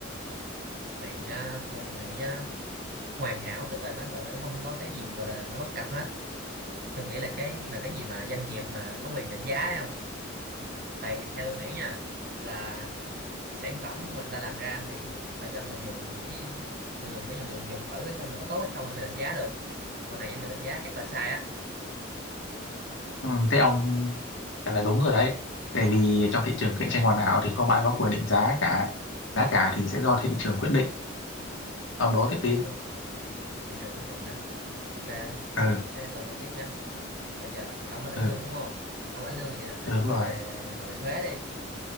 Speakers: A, on the right; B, on the left.
A: này nha theo tôi nghĩ nha hoàn hảo tức là nó gọi là nó không có cái gì gọi là nó bất cập hết tôi nghĩ là cái mà cái gì mà doanh nghiệp mà có quyền định giá ấy không tại theo tôi nghĩ nha là sản phẩm mà người ta làm ra thì phải cho người dùng với người dùng cái người dùng dùng thử xem nó có tốt hay không thì mới định giá được còn này anh định giá chắc là sai á
B: Ừ, thế ông trả lời đúng rồi đấy. Tại vì trong thị trường cạnh tranh hoàn hảo thì không ai có quyền định giá cả. Giá cả thì sẽ do thị trường quyết định. Ông đố tiếp
A: thị
B: đi.
A: trường thị trường quyết định đó ok
B: Ừ,
A: thế tôi tôi tiếp nha bây giờ thì ông có lãnh
B: ừ,
A: lương đúng không ông lãnh lương thì vậy tôi
B: ừ, đúng
A: hỏi
B: rồi.
A: về hỏi về thuế đi